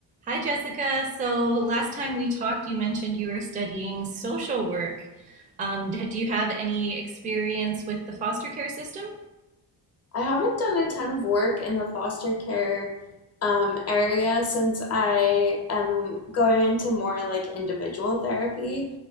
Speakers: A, on the right; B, on the left.
A: Hi, Jessica. So last time we talked, you mentioned you were studying social work. Um, d- do you have any experience with the foster care system?
B: I haven't done a ton of work in the foster care um, area since I am going into more like individual therapy.